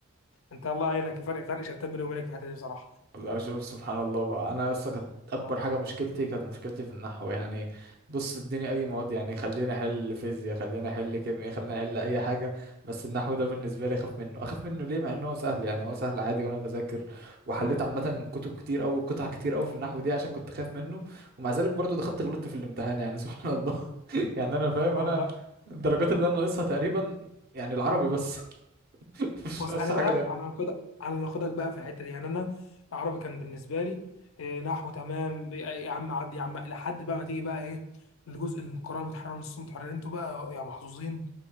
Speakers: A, on the left; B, on the right.
A: انت الله يعينك فرق فرق شتان بيني وبينك في الحته دي بصراحه
B: والله شوف سبحان الله بقى انا لسه كانت اكبر
A: اه
B: حاجه مشكلتي كانت مشكلتي في النحو يعني بص اديني اي مواد يعني خليني احل فيزياء خليني احل كيمياء خليني احل اي حاجه بس النحو ده بالنسبه لي اخاف منه اخاف منه ليه مع انه هو سهل يعني هو سهل عادي وانا بذاكر وحليت عامه كتب كتير او قطع كتير او في النحو دي عشان كنت خايف منه ومع ذلك برضو دخلت غلطت في الامتحان يعني سبحان الله <laughs> يعني انا فاهم
A: سبحان
B: انا
A: الله
B: الدرجات اللي انا ناقصها تقريبا يعني العربي بس <laughs> مش
A: بص
B: ناقص
A: انا
B: حاجه
A: بقى على نقدك على نقدك بقى في الحته دي يعني انا العربي كان بالنسبه لي آه، نحو تمام يا يا عم عدي يا عم لحد بقى ما تيجي بقى ايه الجزء القراءه المتحرره نص متحرر انتوا بقى يا محظوظين